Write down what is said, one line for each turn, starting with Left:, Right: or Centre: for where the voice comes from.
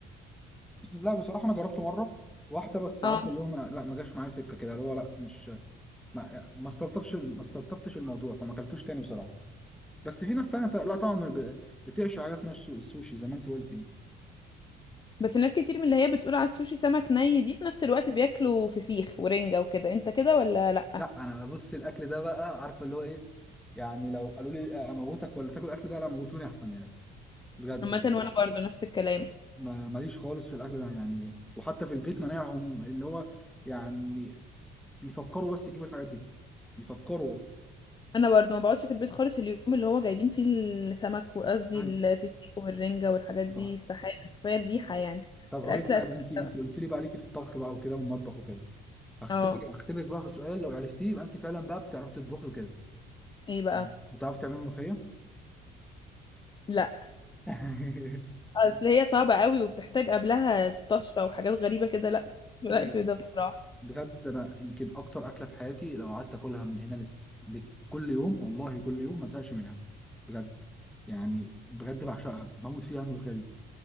Centre: لا بصراحه انا جربته مره واحده بس عارف
Left: اه
Centre: اللي هو ما لا ما جاش معايا سكه كده اللي هو لا مش ما ما استلطفش ما استلطفتش الموضوع فما اكلتوش تاني بصراحه بس في ناس تانية ط- لا طبعا ب- بتعشق حاجه اسمها السو- السوشي زي ما انت قلت يعني
Left: بس الناس كتير من اللي هي بتقول على السوشي سمك ني دي في نفس الوقت بياكلوا فسيخ ورنجة وكده انت كده ولا لا
Centre: لا انا بص الاكل ده بقى عارفه اللي هو ايه يعني لو قالوا لي اموتك ولا تاكل الاكل ده لا موتوني احسن يعني بجد
Left: عامه وانا برضو نفس الكلام
Centre: ما ماليش خالص في الاكل ده يعني وحتى في البيت مناعهم اللي هو يعني يفكروا بس يجيبوا الحاجات دي يفكروا بس
Left: انا برضو ما بقعدش في البيت خالص اليوم اللي هو جايبين فيه السمك وقصدي
Centre: ايوه
Left: الفسيخ والرنجة والحاجات
Centre: بالظبط
Left: دي استحالة كفاية الريحة
Centre: مم.
Left: يعني
Centre: طب هقول
Left: الاكل
Centre: لك حاجه
Left: أساساً-
Centre: انت انت قلت لي بقى ليكي في الطبخ بقى وكده والمطبخ وكده هختبرك
Left: اه
Centre: هختبرك بقى في سؤال لو عرفتيه يبقى انت فعلا بقى بتعرفي تطبخي وكده
Left: ايه بقى
Centre: تمام. بتعرفي تعملي ملوخيه
Left: لا
Centre: <laughs>
Left: اصل هي صعبة قوي وبتحتاج قبلها طشة وحاجات غريبة كده لا الاكل
Centre: أيوة.
Left: ده بصراحة
Centre: بجد انا يمكن اكتر اكله في حياتي لو قعدت اكلها من هنا لس... ل... كل يوم والله كل يوم ما ازهقش منها بجد يعني بجد بعشقها بموت فيها الملوخيه دي